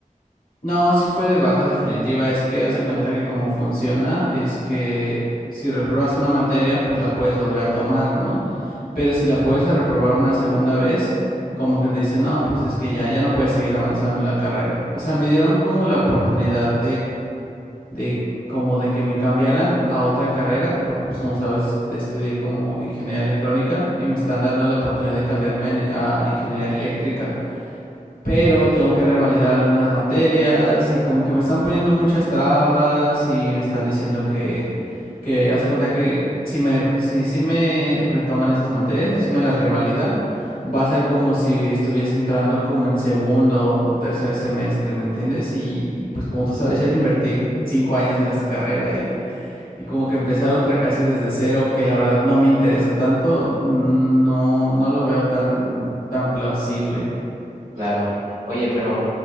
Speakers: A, on the left; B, on the right.
A: No, sí fue de baja definitiva. Es que haz de cuenta que como funciona es que si repruebas una materia, pues la puedes volver a tomar, ¿no? Pero si la puedes a reprobar una segunda vez, como que te dicen, no, pues es que ya, ya no puedes seguir avanzando en la carrera. O sea, me dieron como la oportunidad de como de que me cambiaran a otra carrera, porque pues como sabes est- estudié como ingeniería electrónica y me están dando la oportunidad de cambiarme en- a ingeniería eléctrica pero tengo que revalidar algunas materias y como que me están poniendo muchas trabas y me están diciendo que, que hace cuenta que si me, si, si me retoman esas materias y si me las revalidan, va a ser como si estuviese entrando como en segundo o tercer semestre, ¿me entiendes? Y, y pues como tú sabes,
B: Mm,
A: ya le invertí cinco años en esta carrera y, y como que empezar otra casi desde cero, que la verdad no me interesa tanto, no, no lo veo tan, tan plausible.
B: Claro. Oye, pero